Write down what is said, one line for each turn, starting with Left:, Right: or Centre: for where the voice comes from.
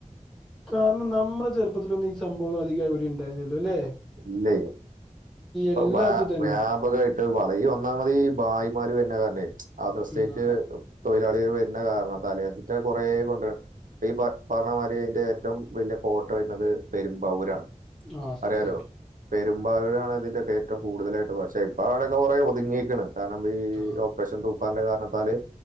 Centre: കാരണം നമ്മടെ ചെർപ്പത്തിലൊന്നും ഈ സംഭവം അധികം എവിടിം ണ്ടായില്ലല്ലോ ല്ലേ
Right: ഇല്ലെയ് ഇപ്പൊ
Centre: എല്ലായിടത്തും
Right: ബാ
Centre: തന്നെ
Right: വ്യാപകായിട്ട് വളയു ഈ ഒന്നാമതീ ബായ് മ്മാര് വെര്ണെ കാരണെ അതർസ്‌റ്റേറ്റ്
Centre: ഉം, ആ
Right: തൊഴ് ഴിലാളികള് വെര്ന്നെ കാരണത്താലെ ഇതിറ്റ കൊറേ കൊണ്ടരാ ഈ പ പർഞ്ഞമാരി അയ്ന്റെ ഏറ്റവും വെല്യ കോട്ട വെര്ന്നത് പെരുമ്പാവൂരാണ്.
Centre: ആ സത്യായിട്ടും
Right: അറിയാലോ പെരുമ്പാവൂരാണ് ഇതിന്റെയൊക്കെ ഏറ്റവും കൂടുതലായിട്ട് പക്ഷേ ഇപ്പ അവടൊക്കെ കൊറേ ഒതുങ്ങീക്ക്ണ്. കാരണം ഈ
Centre: ആ
Right: ഓപ്പറേഷൻ തൂഫാന്റെ കാരണത്താല്